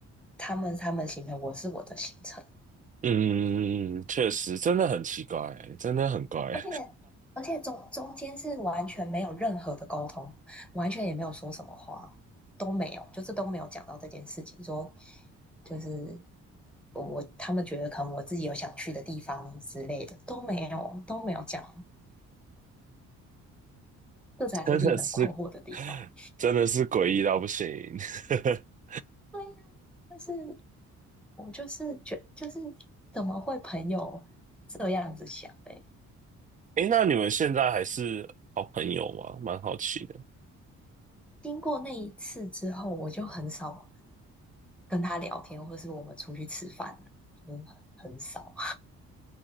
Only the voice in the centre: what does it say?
他们他们行程，我是我的行程，
而且而且中中间是完全没有任何的沟通，完全也没有说什么话，都没有，就是都没有讲到这件事情，说就是我他们觉得可能我自己有想去的地方之类的都没有都没有讲，
这才是令人困惑的地方。
对呀，就是我就是觉就是怎么会朋友这样子想的？
经过那一次之后，我就很少跟他聊天，或是我们出去吃饭了嗯，很少。